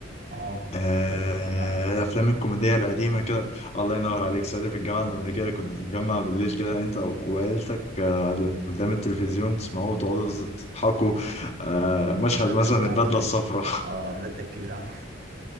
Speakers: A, on the right (about 55°); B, on the left (about 35°).
A: اه
B: آه،
A: طلعت في الجامعه الامريكيه
B: الافلام الكوميديه القديمه كده الله ينور عليك صديق في الجامعه الامريكيه كنت تتجمع بالليل كده انت وعيلتك آه، قدام التلفزيون تسمعوه وتقعدوا تضحكوا آه، مشهد
A: البدله
B: مثلا
A: بتاعته
B: البدله
A: دي
B: الصفراء <laughs>
A: اه البدله الكبيره عليه